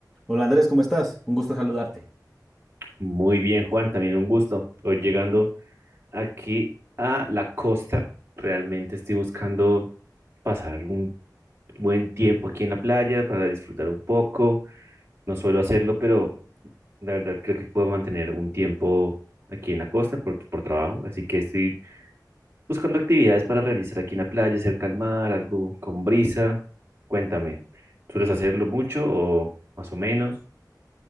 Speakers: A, in the centre; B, on the right.
A: Hola Andrés, ¿cómo estás? Un gusto saludarte.
B: Muy bien, Juan, también un gusto. Hoy llegando aquí a la costa, realmente estoy buscando pasar un buen tiempo aquí en la playa para disfrutar un poco. No suelo hacerlo, pero la verdad creo que puedo mantener un tiempo aquí en la costa por, por trabajo. Así que estoy buscando actividades para realizar aquí en la playa, cerca al mar, algo con brisa. Cuéntame, ¿sueles hacerlo mucho o más o menos?